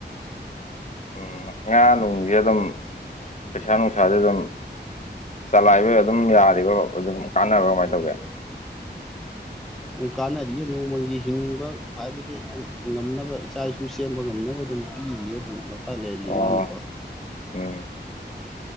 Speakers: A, on the left; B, in the centre.
A: ꯎꯝ ꯉꯥ ꯅꯨꯡꯁ ꯑꯗꯨꯝ ꯄꯩꯁꯥ ꯅꯨꯡꯁꯥꯁꯦ ꯑꯗꯨꯝ ꯆꯂꯥꯏꯕꯩ ꯑꯗꯨꯝ ꯌꯥꯔꯤꯕ ꯑꯗꯨꯝ ꯀꯥꯟꯅꯕ ꯀꯃꯥꯏꯅ ꯇꯧꯒꯦ
B: ꯎ ꯀꯥꯟꯅꯔꯤꯌꯦ ꯅꯣꯡꯃꯒꯤ ꯍꯤꯡꯕ ꯍꯥꯏꯕꯁꯦ ꯉꯝꯅꯕ ꯏꯆꯥ ꯏ ꯁꯨ ꯁꯦꯝꯕ ꯉꯝꯅꯕ ꯑꯗꯨꯝ ꯄꯤꯔꯤꯌꯦ ꯑꯗꯨꯝ ꯂꯣꯛꯇꯥꯛ ꯂꯩꯔꯝꯃꯤ
A: ꯑꯣ
B: ꯃꯥꯅꯀꯣ
A: ꯎꯝ